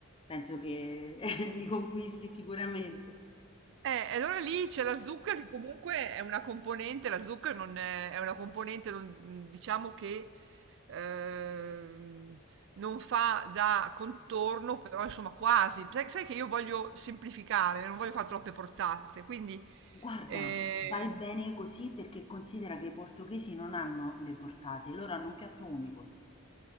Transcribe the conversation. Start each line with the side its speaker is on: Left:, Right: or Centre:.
Left: penso che <laughs> li conquisti sicuramente.
Right: Eh, e allora lì c'è la zucca che comunque è una componente, la zucca non è, è una componente, non- diciamo che ehm, non fa da contorno, però insomma quasi. Sai, sai che io voglio semplificare, non voglio fare troppe portate, quindi...
Left: Guarda,
Right: ehm,
Left: vai bene così perché considera che i portoghesi non hanno le portate, loro hanno un piatto unico.